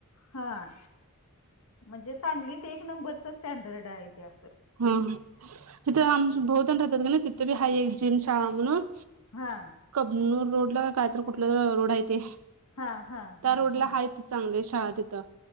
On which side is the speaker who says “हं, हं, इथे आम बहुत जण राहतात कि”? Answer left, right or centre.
Right